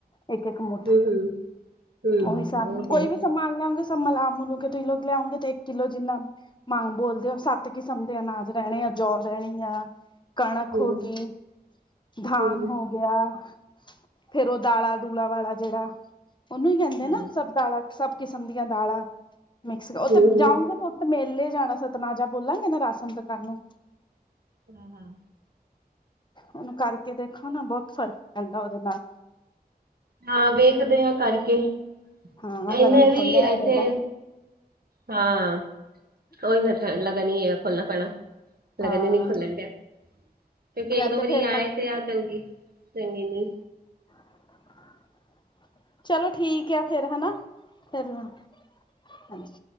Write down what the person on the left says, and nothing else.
ਇੱਕ-ਇੱਕ ਮੁੱਠ,
ਉਹੀ ਹਿਸਾਬ ਨਾਲ
ਕੋਈ
ਵੀ। ਤੇ ਸਾਨ ਲਾਂਗੇ ਸਬ ਮਲਾ-ਮਲੂ ਕੇ ਤੂਸੀ ਲੋਗ ਲਿਆਉਂਗੇ ਤੇ ਇੱਕ ਕਿਲੋ ਜਿੰਨਾ। ਮਾਂਗ ਬੋਲ ਦਿਓ, ਸਾਤ ਕਿਸਮ ਦੇ ਅਨਾਜ ਰਹਿਣੇ ਆ। ਜੋ ਰਹਿਣੀਆ, ਕਣਕ
ਹੋ ਗੀ, ਧਾਨ
ਹੋ। ਗਿਆ ਫੇਰ ਉਹ ਦਾਲਾਂ ਦੂਲਾ ਵਾਲਾ ਜਿਹੜਾ ਉਹਨੂੰ ਹੀ ਕਹਿੰਦੇ
ਨਾ ਸਭ। ਦਾਲਾਂ ਸਭ ਕਿਸਮ ਦੀਆਂ ਦਾਲਾਂ ਮਿਕਸ ਉਹ ਤੇ
ਜਾਊਂਗੇ। ਉੱਥੇ ਮੇਲੇ ਜਾਣਾ ਸਤਨਾਜਾ ਬੋਲਾਂਗੇ ਨਾ ਰਾਸ਼ਨ ਦੁਕਾਨ ਨੂੰ।
ਉਹਨੂੰ ਕਰਕੇ ਦੇਖੋ ਨਾ ਬਹੁਤ ਫਰਕ ਪੈਂਦਾ ਉਹਦੇ ਨਾਲ।
ਹਾਂ ਲਗਨ
ਖੋਲੋ
ਹੁਣ ਇਹਦਾ
ਹਾਂ
ਜਾਂ
ਤੇ
ਫੇਰ
<inaudible> ਚਲੋ ਠੀਕ ਏ ਫੇਰ ਹੈਨਾ, <unintelligible> ਹਾਂਜੀ।